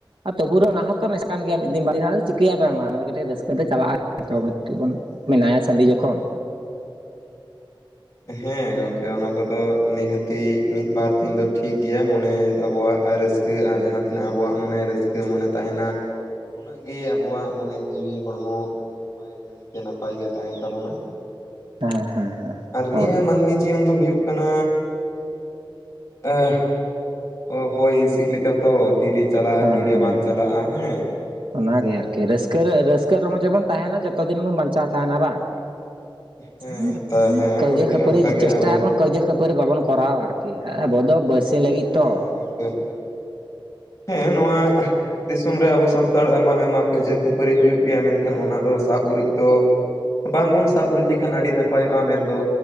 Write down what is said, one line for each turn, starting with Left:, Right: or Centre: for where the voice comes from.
Right: ᱟᱨ ᱛᱚᱵᱩᱨᱮ ᱚᱱᱟ ᱦᱚᱸᱛᱚ ᱱᱮᱥᱟ ᱠᱟᱱ ᱜᱮᱭᱟ ᱢᱤᱫ ᱫᱤᱱ ᱟᱨ ᱪᱤᱠᱟᱹᱭᱟ ᱯᱮ ᱢᱟ ᱚᱱᱟ ᱠᱟᱹᱴᱤᱡ ᱨᱟᱹᱥᱠᱟᱹ ᱛᱮ ᱪᱟᱞᱟᱜᱼᱟ ᱵᱚᱱ ᱢᱮᱱᱟᱭᱟ ᱥᱟᱺᱰᱤ ᱡᱚᱠᱷᱚᱱ
Left: ᱦᱮᱸ ᱜᱚᱢᱠᱮ ᱚᱱᱟ ᱠᱚᱫᱚ ᱱᱤᱦᱟᱹᱛᱤ ᱢᱤᱫ ᱵᱟᱨ ᱫᱤᱱ ᱫᱚ ᱴᱷᱤᱠ ᱜᱮᱭᱟ ᱢᱚᱱᱮ ᱟᱵᱚᱣᱟᱜ ᱨᱟᱹᱥᱠᱟᱹ ᱨᱟᱹᱥᱠᱟᱹ ᱟᱨ ᱡᱟᱦᱟᱸ ᱛᱤᱱᱟᱹᱜ ᱟᱵᱚᱣᱟᱜ ᱢᱚᱱᱮ ᱨᱟᱹᱥᱠᱟᱹ ᱢᱚᱱᱮ ᱛᱟᱦᱮᱱᱟ ᱩᱱᱟᱹᱜ ᱜᱮ ᱟᱵᱚᱣᱟᱜ ᱢᱚᱱᱮ ᱡᱤᱣᱤ ᱦᱚᱲᱢᱚ ᱟᱹᱰᱤ ᱱᱟᱯᱟᱭ ᱾ ᱱᱟᱯᱟᱭ ᱱᱟᱭᱠᱮ ᱱᱟᱯᱟᱭ ᱜᱮ ᱛᱟᱦᱮᱱ ᱛᱟᱵᱚᱱᱟ ᱾
Right: ᱦᱮᱸ ᱦᱮᱸ ᱦᱮᱸ ᱾
Left: ᱱᱤᱭᱟᱹ ᱢᱟᱹᱱᱢᱤ ᱡᱤᱭᱚᱱ ᱫᱚ ᱦᱩᱭᱩᱜ ᱠᱟᱱᱟ ᱟᱺᱦ ᱚ ᱦᱚᱭ ᱦᱤᱸᱥᱤᱫ ᱞᱮᱠᱟ ᱛᱚ ᱛᱤᱨᱮ ᱪᱟᱞᱟᱜᱼᱟ
Right: ᱦᱮᱸ
Left: ᱛᱤᱨᱮ
Right: ᱦᱮᱸ
Left: ᱵᱟᱝ ᱪᱟᱞᱟᱜᱼᱟ ᱦᱮᱸ ᱾
Right: ᱚᱱᱟᱜᱮ ᱟᱨᱠᱤ ᱨᱟᱹᱥᱠᱟᱹ ᱨᱟᱹᱥᱠᱟᱹ ᱨᱚᱢᱚᱡ ᱜᱮᱵᱚᱱ ᱛᱟᱦᱮᱱᱟ ᱡᱚᱛᱚ ᱫᱤᱱ ᱵᱚᱱ ᱵᱟᱧᱪᱟᱣ ᱛᱟᱦᱮᱱᱟ ᱵᱟᱝ ᱾
Left: ᱦᱮᱸ ᱛᱟ ᱦᱮᱸ
Right: ᱠᱟᱣᱹᱡᱟ
Left: ᱜᱚᱝᱠᱮ
Right: ᱠᱷᱟᱹᱯᱟᱨᱤ
Left: ᱚᱱᱠᱟᱜᱮ
Right: ᱪᱮᱥᱴᱟ
Left: ᱟᱵᱚ
Right: ᱵᱟᱝ ᱠᱟᱹᱭᱡᱟ ᱠᱷᱯᱟᱹᱨᱤ ᱵᱟᱵᱚᱱ ᱠᱚᱨᱟᱣᱟ ᱟᱨᱠᱤ ᱟᱵᱚ ᱫᱚ ᱞᱟᱹᱜᱤᱫ
Left: ᱦᱮᱸ
Right: ᱛᱚ
Left: ᱜᱚᱝᱠᱮ ᱾ ᱦᱮᱸ ᱱᱚᱣᱟ ᱫᱤᱥᱚᱢ ᱨᱮ ᱟᱵᱚ ᱥᱟᱱᱛᱟᱲ ᱟᱭᱢᱟ ᱟᱭᱢᱟ ᱠᱟᱹᱭᱡᱟᱹ ᱠᱷᱟᱹᱯᱟᱹᱨᱤ ᱦᱩᱭᱩᱜ ᱜᱮᱭᱟ ᱢᱮᱱᱠᱷᱟᱱ ᱚᱱᱟ ᱫᱚ ᱥᱟᱵ ᱩᱨᱤᱡ ᱫᱚ ᱵᱟᱝᱵᱚᱱ ᱥᱟᱵ ᱩᱨᱤᱡ ᱞᱮᱠᱷᱟᱱ ᱟᱹᱰᱤ ᱱᱟᱯᱟᱭᱚᱜᱼᱟ ᱾ ᱢᱮᱱᱫᱚ